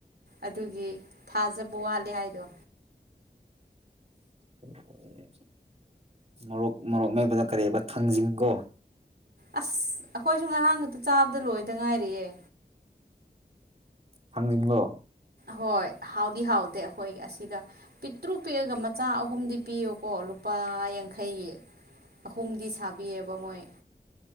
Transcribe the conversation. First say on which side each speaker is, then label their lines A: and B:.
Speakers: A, on the right; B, on the right.
A: ꯑꯗꯨꯒꯤ ꯊꯥꯖꯕ ꯋꯥꯠꯂꯦ ꯍꯥꯏꯗꯣ
B: ꯎꯝ ꯃꯔꯣꯔꯣꯛ ꯃꯔꯣꯔꯣꯛ ꯃꯦꯠꯕꯗꯣ ꯀꯔꯤꯕ ꯊꯥꯡꯖꯤꯡꯒꯣ
A: ꯑꯁ ꯑꯩꯈꯣꯏꯁꯨ ꯉꯔꯥꯡ ꯈꯛꯇ ꯆꯥꯕꯗ ꯂꯣꯏꯗ ꯉꯥꯏꯔꯤꯑꯦ
B: ꯊꯪꯖꯤꯡꯂꯣ
A: ꯍꯣꯏ ꯍꯥꯎꯗꯤ ꯍꯥꯎꯗꯦ ꯑꯩꯈꯣꯏ ꯑꯁꯤꯗ ꯄꯤꯛꯇ꯭ꯔꯨ ꯄꯤꯛꯑꯒ ꯃꯆꯥ ꯑꯍꯨꯝꯗꯤ ꯄꯤꯌꯨꯀꯣ ꯂꯨꯄꯥ ꯌꯥꯡ ꯈꯩꯒꯤ ꯑꯍꯨꯝꯗꯤ ꯁꯥꯕꯤꯑꯦꯕ ꯃꯣꯏ